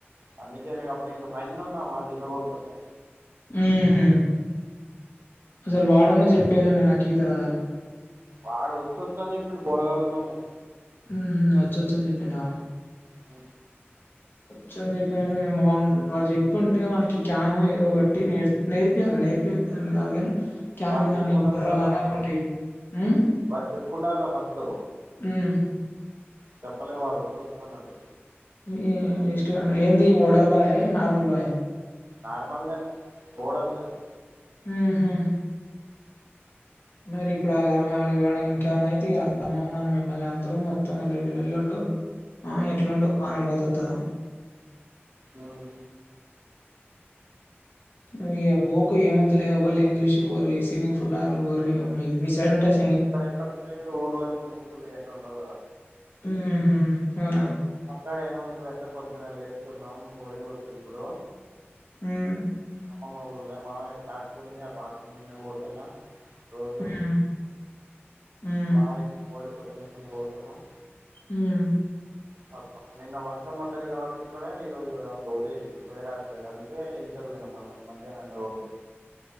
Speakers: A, on the right; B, on the left.
A: అందుకే మేము అప్పుడు ఇంకా పైన ఉన్నా వాళ్ళు ఈత కొడుతుండే
B: ఆ హ అసలు వాడన్నా చెప్పేదుండే నాకు ఈత రాదని
A: వాడు వాచ్చుచ్చని అని చెప్పిండు పోరగాళ్లతోనే
B: ఉ హు వచ్చు వచ్చని చెప్పిండ
A: అ
B: వచ్చని చెప్పిన వాళ వాడు చెప్పి ఉంటే వానికి క్యానో ఏదో కట్టి నేర్పియాలి నేర్పియద్దని కాదు కాని క్యాన్
A: వాడు చెప్పి
B: గాని
A: ఉండాలిగా
B: బుర్ర గాని
A: ఫస్ట్
B: అవి ఉంటాయి ఉమ్
A: వాడు చెప్పి ఉండాలిగా ఫస్ట్
B: ఉమ్
A: చెప్పలే వాడు వచ్చు వచ్చు అన్నాడు
B: హు వేస్ట్ గా ఏందీ ఓడా లా బాయ నార్మల్ బాయ
A: నార్మల్ దే ఓడలు కాదు
B: ఉహు మరి ఇప్పుడు ఆలా అమ్మ ఆడ వానికి ఏమన్నాయితే ఇగా వాళ్ళ అమ్మ నాన్న మిమ్మల్ని అందరూ మొత్తం లొల్లి లొల్లి ఉండదు. ఆహ్ ఎట్లా ఉండు పానం పోతది. ఉమ్
A: ఉమ్
B: ఉహు ఇగా పోకు ఏం వద్దులే ఎవ్వరులేనిది చూసి పోంరి స్విమింగ్ పూల్ అటు పోంరి ఇగా మీ సైడ్ ఉంటది స్వి
A: ఇక్కడ ఎక్కడున్నాయి ఊర్లా స్విమ్మింగ్ పూల్ ఇవన్నీ ఉండవు కదా.
B: ఉహు అవునా
A: మా కాడ ఏముంటది అంటే పొద్దున్న లేేస్తున్నాం వరి కోస్తారు ఇప్పుడు.
B: ఉమ్
A: మా అమ్మమ్మ ఊర్లో మామయ్య ట్రాక్టర్ ఉంది ఆ ట్రాక్టర్ మీన్నే పోతున్న. రోజు
B: ఉమ్ ఉమ్
A: మామయ్యకు వరి కోత. వరి కోత మిషన్ పోతున్నం.
B: ఉమ్
A: తప్ప నిన్న వర్షం పడ్డది కాబట్టి ఇక్కడ ఈ రోజు వరి కొయ్య రాట్లేదు. అందుకే ఈతకు పోయినం మల్ల. మధ్యాహ్నం ఎండ కొడుతుంది.